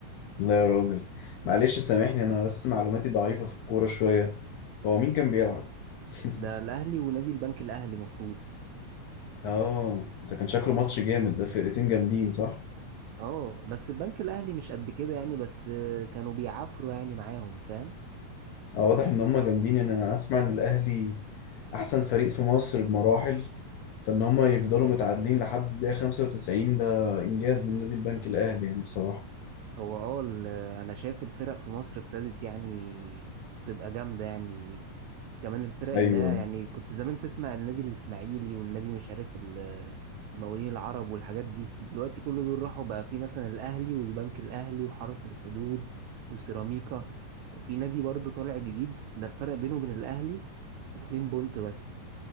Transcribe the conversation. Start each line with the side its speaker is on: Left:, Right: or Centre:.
Left: لا يا راجل معلش سامحني انا بس معلوماتي ضعيفة في الكورة شوية هو مين كان بيلعب <laughs>
Right: ده الاهلي ونادي البنك الاهلي مفروض
Left: اه ده كان شكله ماتش جامد ده فرقتين جامدين صح
Right: اه بس البنك الاهلي مش قد كده يعني بس آه، كانوا بيعافروا يعني معاهم فاهم
Left: اه واضح ان هما جامدين ان انا اسمع ان الاهلي احسن فريق في مصر بمراحل فان هما يفضلوا متعادلين لحد الدقيقة 95 ده انجاز من نادي البنك الاهلي يعني بصراحة
Right: هو اه ال- آه، انا شايف الفرق في مصر ابتدت يعني تبقى جامدة يعني كمان الفرق
Left: ايوه
Right: اللي هي يعني كنت زمان تسمع النادي الإسماعيلي والنادي مش عارف ال- المقاولين العرب والحاجات دي دلوقتي كل دول راحوا بقى في مثلا الأهلي والبنك الأهلي وحرس الحدود وسيراميكا وفي نادي برضو طالع جديد ده الفرق بينه وبين الأهلي اتنين بونت بس